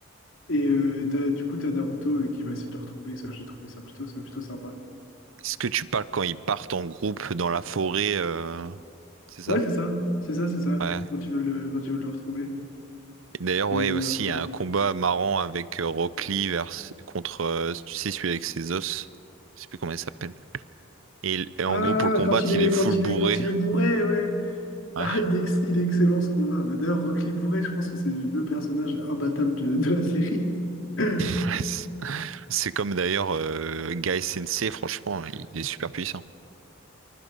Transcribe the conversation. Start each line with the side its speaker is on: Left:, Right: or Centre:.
Left: Et euh, t'as- du coup, t'as Naruto euh, qui va essayer de le retrouver. Ça, j'ai trouvé ça plutôt, ça, plutôt sympa.
Right: Est-ce que tu parles quand ils partent en groupe dans la forêt, euh, c'est ça?
Left: Ouais, c'est ça, c'est ça, c'est ça.
Right: Ouais.
Left: Quand ils veulent le, quand ils veulent le retrouver.
Right: Et D'ailleurs,
Left: Et,
Right: ouais,
Left: euh,
Right: aussi il
Left: oh.
Right: y a un combat marrant avec euh, Rock Lee vers, contre, euh, tu sais, celui avec ses os. Je sais plus comment il s'appelle. Et, et en
Left: Ah,
Right: gros, pour le combattre,
Left: quand il est,
Right: il est full
Left: quand il
Right: bourré.
Left: est, quand il est bourré, ouais.
Right: Ouais.
Left: Ah, il est, ex- il est excellent ce combat. Bah, D'ailleurs, Rock Lee Bourret, je pense que c'est le personnage imbattable de, de la série. <laughs>
Right: <laughs> C'est comme d'ailleurs euh, Guy Sensei, franchement, il est super puissant.